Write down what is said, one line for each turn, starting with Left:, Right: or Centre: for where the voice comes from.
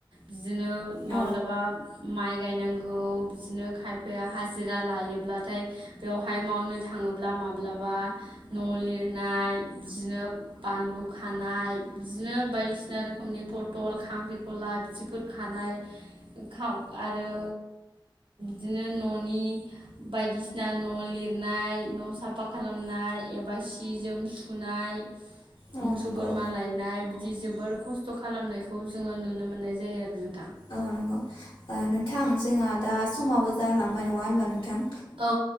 Right: बिदिनो माब्लाबा
Left: औ
Right: माइ गायनांगौ बिदिनो खाय फाया हाजिरा लायोब्लाथाय बेवहाय मावनो थाङोब्ला माब्लाबा न' लिरनाय बिदिनो बानलु खानाय बिदिनो बायदिसिना रोखोमनि फटल खांख्रिखला बिदिफोर खानाय खाव आरो बिदिनो न'नि बायदिसिना न' लिरनाय न' साफा खालामनाय एबा सि जोम सुनाय
Left: औ
Right: मोसौ
Left: नंगौ
Right: बोरमा लायनाय बिदि जोबोर खस थ' खालामनायखौ जोङो नुनो मोननाय जायो आरो ना।
Left: औ नंगौ ओ नोंथां जोंहा दा समाबो जालांबाय नङा होनबा नोंथां?
Right: औ